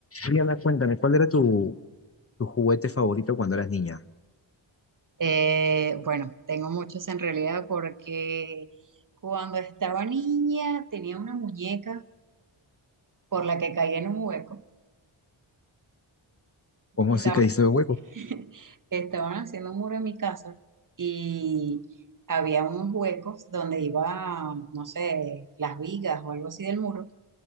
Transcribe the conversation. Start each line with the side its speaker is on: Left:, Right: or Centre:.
Left: Rihanna, cuéntame, ¿cuál era tu, tu juguete favorito cuando eras niña?
Right: Eh, bueno, tengo muchos en realidad porque cuando estaba niña tenía una muñeca por la que caí en un hueco.
Left: ¿Cómo
Right: Estaba
Left: sí que hizo de hueco?
Right: <laughs> estaban haciendo un muro en mi casa y había unos huecos donde iba, no sé, las vigas o algo así del muro